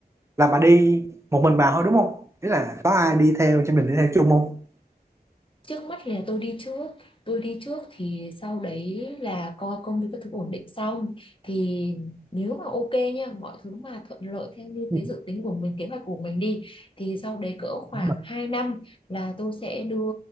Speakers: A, on the right; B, on the left.
A: là bà đi một mình bà thôi đúng không nghĩa là có ai đi theo cho mình đi theo chung không
B: trước mắt thì là tôi đi trước tôi đi trước thì sau đấy là coi công việc các thứ ổn định xong thì nếu mà ok nha mọi thứ mà thuận lợi theo như
A: Ừ,
B: cái dự tính của mình kế hoạch của mình đi thì sau đấy cỡ khoảng
A: đúng rồi.
B: 2 năm là tôi sẽ đưa